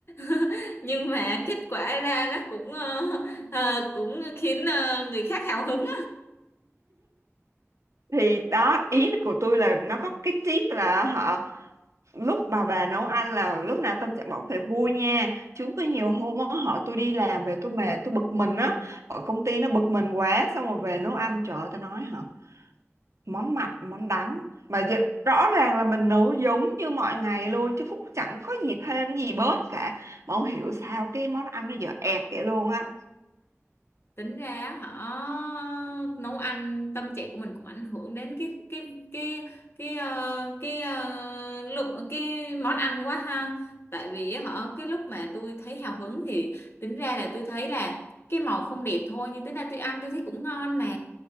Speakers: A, on the left; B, on the right.
A: <laughs> nhưng mà kết quả ra nó cũng ờ, ờ, cũng khiến ờ, người khác hào hứng
B: thì đó ý của tôi là nó có cái tip là họ lúc bà bà nấu ăn là lúc nào tâm trạng bọn phải vui nha chứ có nhiều hôm á họ tôi đi làm về tôi mệt tôi bực mình á ở công ty nó bực mình quá xong rồi về nấu ăn trời ơi tao nói hả món mặn món đắng mà dự, rõ ràng là mình nấu giống như mọi ngày luôn chứ cũng chẳng có gì thêm gì bớt cả mà không hiểu sao cái món ăn nó dở ẹt vậy luôn á
A: tính ra họ nấu ăn tâm trạng của mình cũng ảnh hưởng đến cái cái cái cái ờ, cái ờ, lượng cái món ăn quá ha tại vì họ cái lúc mà tôi thấy hào hứng thì tính ra là tôi thấy là cái màu không đẹp thôi nhưng tính ra tôi ăn tôi thấy cũng ngon mà